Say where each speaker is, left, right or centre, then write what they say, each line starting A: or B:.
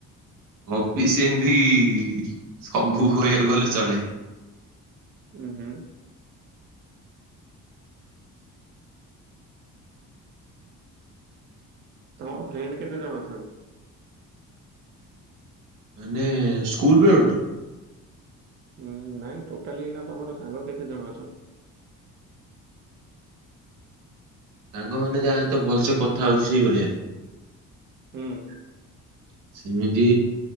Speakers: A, on the right; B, on the right.
A: ଅଫିସ ସେମିତି ସବୁ କହିବାକୁ ଗଲେ ଚଳେ।
B: ହୁଁ ହୁଁ। ତମର ଫ୍ରେଣ୍ଡ କେତେ ଜଣ ଅଛନ୍ତି?
A: ମାନେ ସ୍କୁଲ ବେଳଠୁ।
B: ହୁଁ, ନାଇଁ ଟୋଟାଲି ଏଇନା ତମର ସାଙ୍ଗ କେତେ ଜଣ ଅଛ?
A: ସାଙ୍ଗ ମାନେ ଯାହା ସହିତ ଭଲସେ କଥା ହଉଛି ସେଇ ଭଳିଆ।
B: ହୁଁ।
A: <inaudible> ସେମିତି